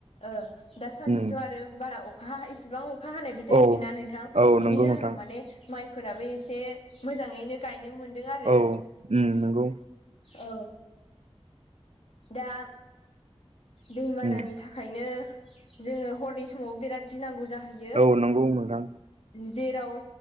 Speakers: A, on the left; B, on the right.
A: ओ दासान्दिथ'
B: उम
A: आरो बारा अखा इसिबां अखा हानायबो जायाखैना
B: औ
A: नोंथां।
B: औ
A: बिनि
B: नंगौ
A: जाहोनाव
B: नोंथां
A: माने माइफोराबो एसे मोजाङैनो गायनो मोनदों आरो।
B: औ उम नोंगौ।
A: औ! दा दै बानानि
B: उम
A: थाखायनो जोङो हरनि समाव बिराद गिनांगौ जाहैयो।
B: औ नंगौ नोंथां
A: जेराव